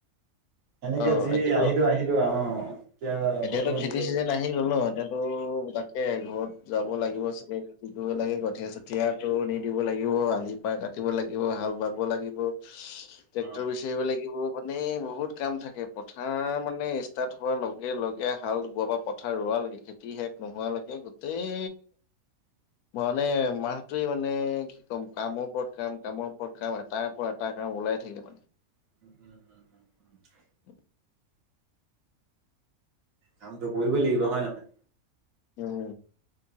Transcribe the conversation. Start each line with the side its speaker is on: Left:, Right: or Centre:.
Right: সেনেকে
Left: অ',
Right: যি
Left: এতিয়াতো
Right: আহিলো আহিলো আও অ এতিয়া
Left: এতিয়াতো
Right: ক'তো এনেকে
Left: খেতি
Right: ওলাই
Left: চিজন
Right: যোৱা
Left: আহি
Right: নাই।
Left: গ'ল ন এতিয়াতো তাক এ ঘৰত যাব লাগিব চাগে কি কৰিব লাগে কঠীয়া চঠীয়াটো নিদিব লাগিব, আলি পাৰ কাটিব লাগিব, হাল বাব লাগিব ট্ৰেক্টৰ
Right: অ
Left: বিচাৰিব লাগিব মানে, বহুত কাম থাকে। পথাৰ মানে ষ্টাৰ্ট হোৱাৰ লগ লগে লগে হাল বোৱা পৰা পথাৰ ৰোৱা লৈকে, খেতি শেষ নোহোৱা লৈকে। গোটেই মানে, মাহটোৱে মানে কি ক'ম কামৰ ওপৰত কাম, কামৰ ওপৰত কাম, এটাৰ ওপৰত এটা কাম ওলাই থাকে মানে।
Right: <unintelligible>
Left: <inaudible>
Right: কামটো কৰিবই লাগিব হয় নহয়।
Left: উম!